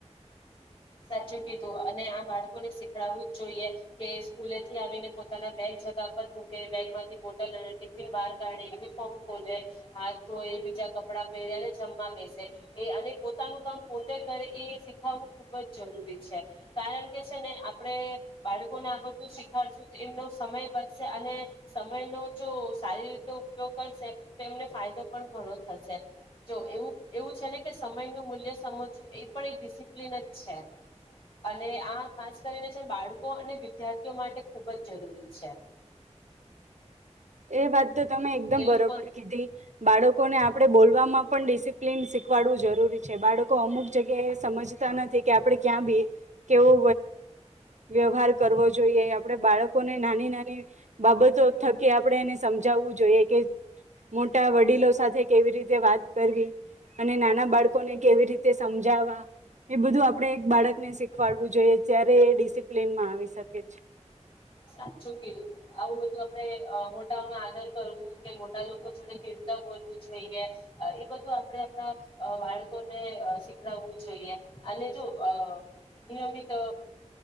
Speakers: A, on the left; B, on the right.
A: સાચું કીધું અને આ બાળકોને શીખડવું જ જોઈએ કે સ્કૂલે થી આવીને પોતાના બેગ જગા પર મૂકે બેગમાંથી બોટલ ટિફિન બહાર કાઢને યુનિફોર્મ ખોલે હાથ ધોય બીજા કપડાં પહેરેને જમવા બેસે એ અને પોતાનું કામ પોતે કરે એ શીખાવવું ખુબ જ જરૂરી છે કારણ કે છે ને આપણે બાળકો ને આ બધું શી સીખાડસુ એમનો સમય વધશે અને સમયનો જો સારી રીતે ઉપયોગ કરશે તો એમને ફાયદો પણ ઘણો થસે જો એવું એવું છે ને કે સમય નું મૂલ્ય સમજવું એ પણ એક ડિસિપ્લિન છે અને આ ખાસ કરીને છે બાળકો અને વિદ્યાર્થીઓ માટે ખુબ જ જરૂરી છે
B: એ વાત તમે એકદમ
A: એ લોકોને
B: બરોબર કીધી બાળકોને આપણે બોલવામાં ડિસિપિલીન ડિસીપિલિ્ન સિવડાવ્યું જરૂરી છે બાળકો અમુક જગ્યા સમજતા નથી કે આપણે ક્યાં કેવો વ્યવહાર કરવો જોઈએ આપણે બાળકોને નાની નાની બાબત તો થકી આપણે એને સમજાવવું જોઈએ કે મોટા વડીલો સાથે કેવી રીતે વાત કરવી અને નાના બાળકોને કેવી રીતે સમજાવવા એ બધું આપણે એક બાળકને શીખવાડવું જોઈએ જ્યારે એ ડિસિપ્લનમાં આવી શકે છે
A: સાચું કીધું આવું બધું આપણે અ મોટાઓ નુ આદર કરવું કે મોટા લોકો જોડે ખેડતા બોલવું જોઈએ એ બધું આપડે આપણા બાળકોને શીખડાવવું જોઈએ અને જો અ નિયમિત અ